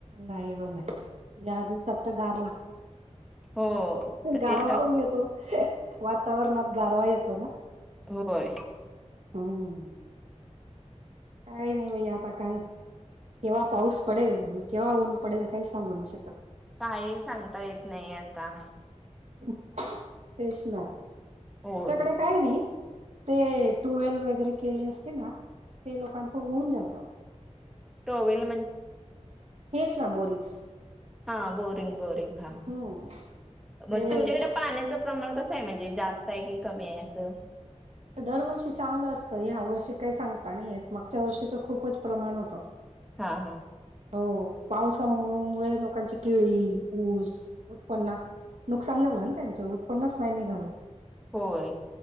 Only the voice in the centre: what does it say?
हो तर
त्याच्यात
होय!
काही सांगता येत नाही आता.
होय
टोवल.
हा बोरिंग बोरिंग हा
मग
तुमच्याकडे पाण्याचं प्रमाण कस आहे म्हणजे जास्त आहे की कमी आहे असं
हा हा <inaudible>
होय.